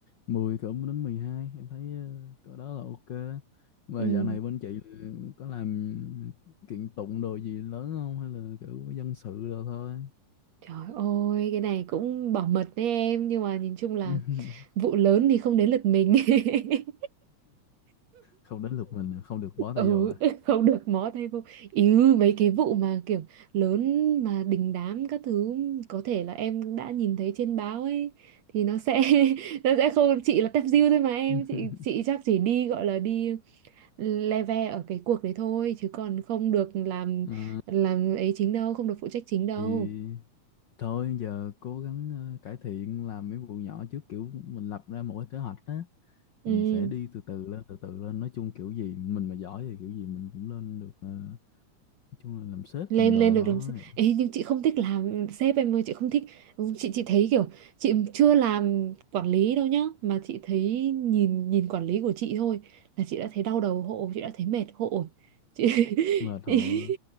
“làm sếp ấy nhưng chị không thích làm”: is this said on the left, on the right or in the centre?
Right